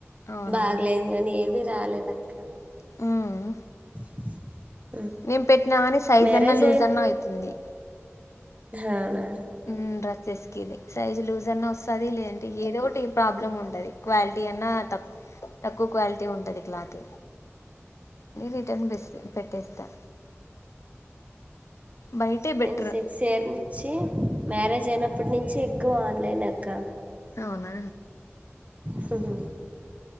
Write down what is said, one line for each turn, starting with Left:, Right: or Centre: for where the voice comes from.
Left: అవునా
Right: బాగలేదు కానీ ఏది రాలేద అక్క
Left: ఉనా
Right: <inaudible>
Left: నిను పెట్టినా గాని సైజ్
Right: మ్యారేజ్
Left: అన్నా లూజ్ అన్నా అయితుంది
Right: చానా
Left: ఉమ్ డ్రెస్సెస్ కెళ్ళి సైజ్ లూజ్ అన్నా వస్తాది, లేదంటే ఏదో ఒకటి ప్రాబ్లం ఉంటది. క్వాలిటీ అన్నా త తక్కువ క్వాలిటీ ఉంటది క్లాత్ రిటర్న్ బెస్ట్ పెట్టేస్తా బయటే బెటర్
Right: ఎం సట్ సేర్ ఇచ్చి మ్యారేజ్ అయినప్పటి నుంచి ఎక్కువ ఆన్లైనే అక్క
Left: అవునా
Right: సుజు